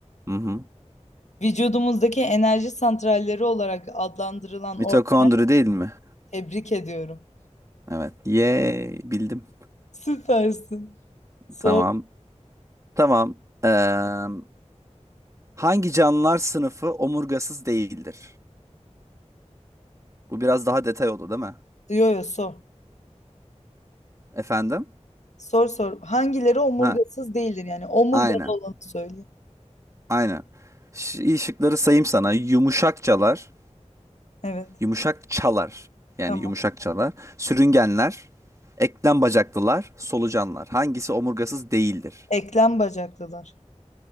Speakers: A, on the right; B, on the left.
A: Hı hı.
B: Vücudumuzdaki enerji santralleri olarak adlandırılan
A: Mitokondri
B: organ
A: değil mi?
B: tebrik ediyorum.
A: Evet. Yay bildim.
B: Süpersin. Sor.
A: Tamam. Tamam. Eee, hangi canlılar sınıfı omurgasız değildir? Bu biraz daha detay oldu değil mi?
B: Yo yo sor.
A: Efendim?
B: Sor sor. Hangileri omurgasız
A: Ha,
B: değildir yani omurgalı
A: aynen.
B: olanı söyle.
A: Aynen. Ş- iyi şıkları sayayım sana. Yumuşakçalar,
B: Evet.
A: yumuşak çalar. Yani
B: Tamam.
A: yumuşak çalar. Sürüngenler, eklem bacaklılar, solucanlar. Hangisi omurgasız değildir?
B: Eklem bacaklılar.